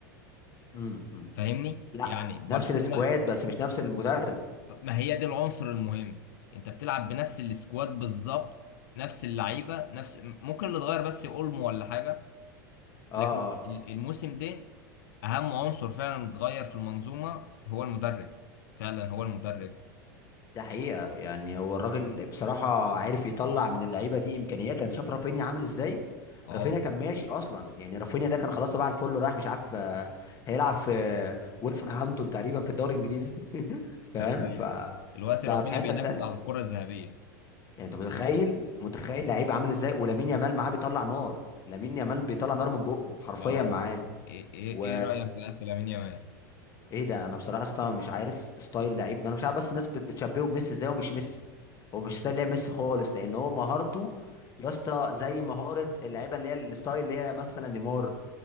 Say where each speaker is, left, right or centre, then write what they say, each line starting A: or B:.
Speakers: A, on the left; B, on the left.
A: امم أمم.
B: فاهمني
A: لا
B: يعني برشلونة
A: نفس السكواد بس مش نفس المدرب
B: ما هي دي العنصر المهم انت بتلعب بنفس السكواد بالظبط نفس اللعيبة نفس ممكن اللي اتغير بس اولمو ولا حاجة
A: اه
B: لكن
A: اه
B: ال- الموسم ده اهم عنصر فعلا اتغير في المنظومه هو المدرب فعلا هو المدرب
A: ده حقيقه يعني هو الراجل بصراحه عارف يطلع من اللعيبه دي امكانيات انت شايف رافينيا عامل ازاي
B: اه
A: رافينيا كان ماشي اصلا يعني رافينيا ده كان خلاص تبع الفل رايح مش عارف آه، هيلعب في آه، ولفرهامبتون تقريبا في الدوري الانجليزي <laughs> فاهم
B: تخيل
A: ف
B: دلوقتي
A: بقى
B: رافينيا
A: في حته
B: بينافس
A: تانية
B: على الكره الذهبيه
A: يعني انت متخيل متخيل لعيب عامل ازاي ولامين يامال معاه بيطلع نار لامين يامال بيطلع نار من بقه حرفيا
B: اه
A: معاه
B: ايه ايه
A: و
B: إيه رايك صحيح في لامين يامال
A: ايه ده انا بصراحه اصلا مش عارف ستايل لعيب انا مش عارف بس الناس بت- بتشبهه بميسي ازاي ومش ميسي هو مش ستايل لعب ميسي خالص لان هو مهارته يا اسطى زي مهاره اللعيبه اللي هي الستايل اللي هي مثلا نيمار